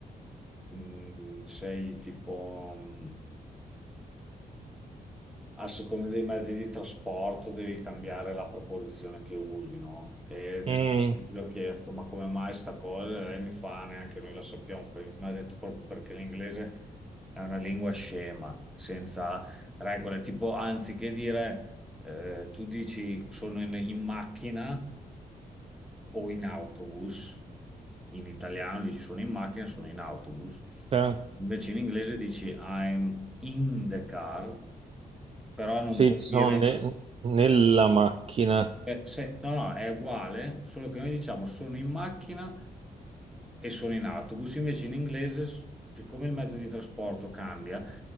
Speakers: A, in the centre; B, on the right.
A: mm, sei tipo mm, a seconda dei mezzi di trasporto devi cambiare la proporzione che usi, no? E de-
B: Mm,
A: gli ho chiesto, ma come mai sta cosa? Lei mi fa, neanche noi la sappiamo, Per- mi ha detto proprio perché l'inglese è una lingua scema, senza regole, tipo anziché dire, eh, tu dici sono in in macchina o in autobus. In italiano dici sono in macchina, sono in autobus.
B: sì,
A: Invece in inglese dici I'm in the car, però non
B: sì,
A: puoi
B: ci sono
A: dire
B: ne- nella macchina.
A: eh, se- no, no, è uguale, solo che noi diciamo sono in macchina e sono in autobus, invece in inglese, s- siccome il mezzo di trasporto cambia,